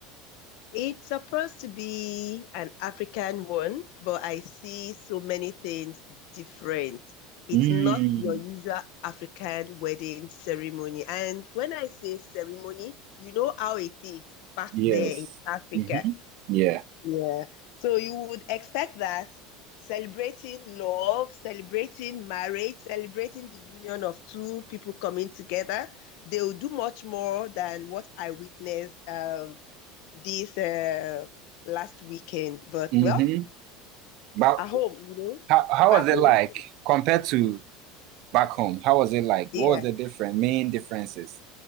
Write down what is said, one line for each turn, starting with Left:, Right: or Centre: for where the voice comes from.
Left: It's supposed to be an African one, but I see so many things different. It's
Right: Mm,
Left: not your usual African wedding ceremony. And when I say ceremony, you know how it is back
Right: yes.
Left: there in Africa.
Right: Mm-hmm. Yeah.
Left: Yeah. So you would expect that celebrating love, celebrating marriage, celebrating the union of two people coming together, they will do much more than what I witnessed um this uh last weekend. But
Right: Mm-hmm.
Left: well,
Right: But
Left: at home, you know,
Right: how how
Left: back
Right: was it
Left: home.
Right: like compared to back home? How was it like?
Left: Yeah,
Right: What was the different main differences?